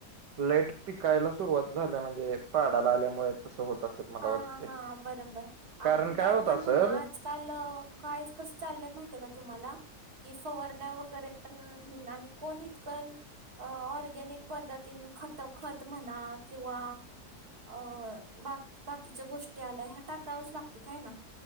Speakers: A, on the right (about 85°); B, on the right (about 65°).
A: लेट पिकायला सुरुवात झाल्या म्हणजे पाडाला आल्यामुळे तस होत असेल मला
B: हा
A: वाटते
B: हा हा बरोबर
A: कारण
B: आपण काय
A: होत
B: पण
A: असेल
B: हो ना आज चाल काय कस चाललंय माहितय का तुम्हाला की फवारण्या वगैरे पण ह आणि कोणी इतक अ ऑर्गॅनिक पद्धतीन खत खत म्हणा किंवा अ बाकी बाकीच्या गोष्टी आल्या ह्या टाकावच लागत ह ना.